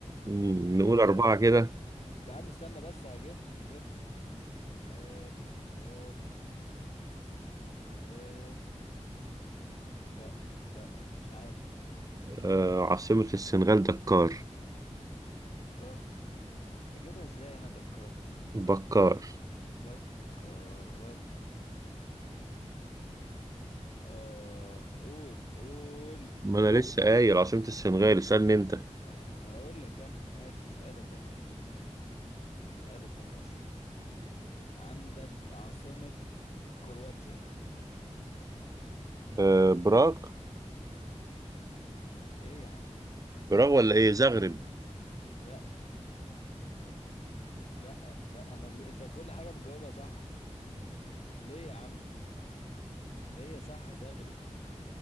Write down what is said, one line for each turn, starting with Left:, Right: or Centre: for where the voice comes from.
Right: مم،
Left: سنغال
Right: نقول أربعة كده
Left: يا عم استنى بس هجيبها هجيبها سنغال سنغال السنغال لا لا مش عارف
Right: آه، عاصمة السنغال دكار
Left: دكار هجيبها ازاي انا دكار دي
Right: بكار
Left: بكر بكر اه قول قول
Right: ما
Left: قول
Right: أنا لسه قايل عاصمة السنغال اسألني أنت
Left: آه هقول لك انا ماشي اسالك انا يا سيدي اسالك انا يا سيدي عندك عاصمة كرواتيا
Right: آه، براغ
Left: ايه يا عم
Right: براغ ولا إيه زغرب
Left: لا لا لا ما... انت كل حاجة بتجاوبها صح ليه يا عم هي صح زغرب